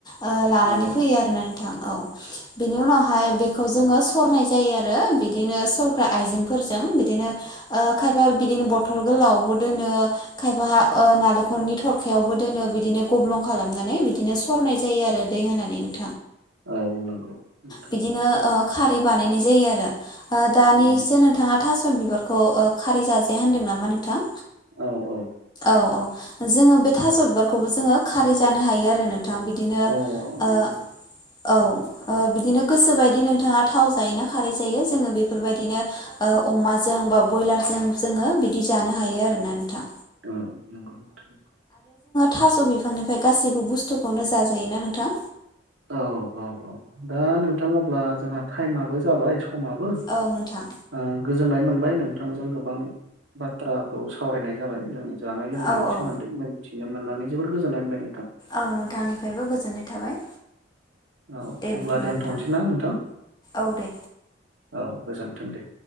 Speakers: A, on the left (about 20°); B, on the right (about 80°).
A: ओ लानानै
B: औ
A: फैयो
B: नंगौ
A: आरोना नोंथां औ बिनि उनावहाय बेखौ जोङो सरनाय जायो आरो। बिदिनो सरग्रा आइजेंफोरजों बिदिनो ओ खायफा बिदिनो बथल गोलावावबो दोनो ओ खायफाहा ओ नालेखरनि थरखायावबो दोनो बिदिनो गब्लं खालामनानै बिदिनो सरनाय जायो आरो दै होनानै नोंथां।
B: औ औ नोंगौ नोंथां।
A: बिदिनो ओ खारै बानायनाय जायो आरो ओ दानिसो
B: औ
A: नोंथाङा थास' बिबारखौ ओ खारै जाजाया होनदों नामा नोंथां?
B: औ औ।
A: औ औ जोङो बे थास' बिबारखौबो जोङो खारै जानो हायो आरो नों थां बिदिनो
B: औ नंगौ
A: ओ औ ओ बिदिनो गोसोबायदि नोंथाङा थाव जायोना। खारै जायो जोङो बेफोरबायदिनो ओ अमाजों बा बयलारजों जोङो बिदि जानो हायो आरो ना नोंथां।
B: औ नोंगौ नोंथां नोंगौ।
A: थाज' बिफांनिफाय गासैबो बुस्थुखौनो जाजायोना नोंथां।
B: औ औ औ दा नोंथां अब्ला जोंहा टाइमाबो जाबाय समाबो
A: औ नोंथां
B: ओ गोजोननाय मोन बाय नोंथांजों गोबां बाथ्राखौ सावरायनाय जाबाय जोंनि जानाय लोंनायनि
A: औ औ
B: सोमोन्दै मोन्थि नो मोननानै जोबोर गोजोननाय मोनबाय नोंथां।
A: औ नोंथांनिफायबो गोजोननाय थाबाय।
B: औ
A: दे
B: अब्ला
A: बिदिब्ला
B: दोनथ'सैना
A: नोंथां
B: नोंथां
A: औ दे
B: औ गोजोन थों दे।